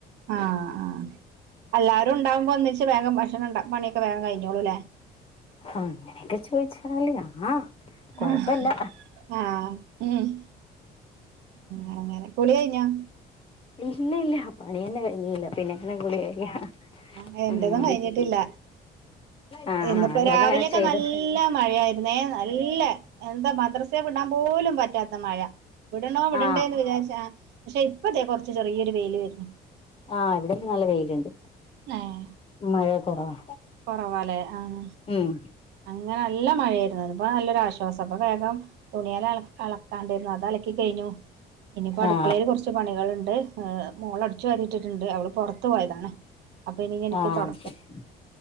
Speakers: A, on the right; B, on the left.
A: ആഹ് ആഹ് എല്ലാരും ഉണ്ടാവുമ്പോ ഒന്നിച്ച് വേഗം ഭക്ഷണംണ് പണിയൊക്കെ വേഗം കഴിഞ്ഞോളൂല്ലേ
B: അങ്ങനെയൊക്കെ ചോദിച്ചാല് അഹ് കൊഴപ്പല്ല
A: ആഹ് ആഹ് ഉം ആ അങ്ങനെ കുളികഴിഞ്ഞോ
B: ഇല്ല ഇല്ല പണി തന്നെ കഴിഞ്ഞില്ല. പിന്നെ എങ്ങനെ കുളി കഴിയ
A: ആ എന്റേതും
B: ഉം
A: കഴിഞ്ഞിട്ടില്ല
B: ആ
A: ഇന്ന്പ്പോ
B: അതോണ്ടങ്ങനെ
A: രാവിലെയൊക്കെ
B: ചെയ്തു
A: നല്ല മഴായിരുന്നേ നല്ല എന്താ മദ്രസ വിടാൻ പോലും പറ്റാത്ത മഴ വിടണോ വിടണ്ടേ
B: ആ
A: എന്ന് വിചാരിച്ച ക്ഷെ ഇപ്പതെ കുറച്ച് ചെറിയൊരു വെയിൽ വരുന്നു
B: ആ ഇവിടെ നല്ല വെയിയിലുണ്ട്
A: ഏഹ്
B: മഴ കുറവാ
A: കുറവാല്ലേ ആഹ്
B: ഉം
A: അങ്ങനെ നല്ല മഴയായിരുന്നു. ഇപ്പൊ നല്ലൊരുരാശ്വാസം ഇപ്പൊ വേഗം തുണിയല കണ്ടായിരുന്നു. അത് അലക്കി കഴിഞ്ഞു. ഇനിയിപ്പോ അടുക്കളയില്
B: ആ
A: കുറച്ച് പണികളുണ്ട് മോള് അടിച്ചു വാരിട്ടിട്ട്ണ്ട് അവള് പൊറത്ത് പോയതാണ് അപ്പൊ ഇനി എനിക്ക്
B: ആ
A: തൊടക്കാം
B: ശരി